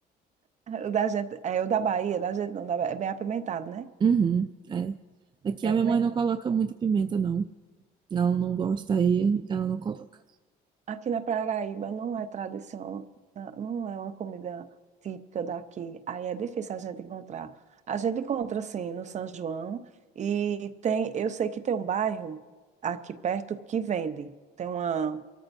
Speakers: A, on the right (about 45°); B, on the right (about 25°).
A: <laughs> o da gente, é o da Bahia, da gente não, da Bahia, é bem apimentado, né?
B: Uhum, é. Aqui
A: Bem
B: a
A: apimentado.
B: minha mãe não coloca muita pimenta, não. Não, não gosta aí, ela não coloca.
A: Aqui na Paraíba não é tradição, na- não é uma comida típica daqui. Aí é difícil a gente encontrar. A gente encontra, sim, no São João. E tem, eu sei que tem um bairro aqui perto que vende. Tem uma,